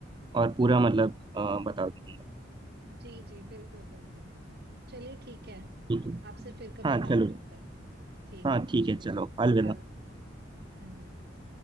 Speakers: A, on the right; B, on the right.
A: और पूरा मतलब अ, बता दूंगा
B: जी जी बिल्कुल बिल्कुल चलिए ठीक है
A: ठीक है
B: आपसे फिर कभी
A: हाँ
B: बात
A: चलो
B: करते हैं ठीक
A: हाँ
B: है
A: ठीक
B: चलिए
A: है चलो अलविदा
B: हाँ धन्यवाद